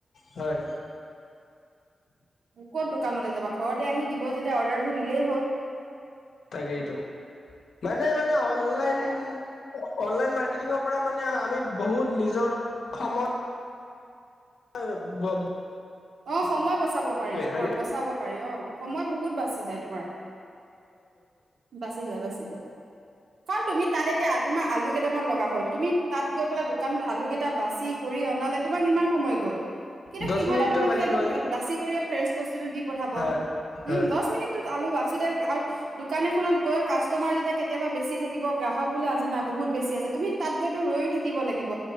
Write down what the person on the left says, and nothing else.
হয়।
তাকেইতো মানে মানে অনলাইন।
অনলাইন মাৰ্কেটিঙৰ পৰা মানে আমি বহুত নিজৰ সময় হয় ব্ব <inaudible>
হয়নে
দহ
মিনিটতো
লাগিবই
হয় হয়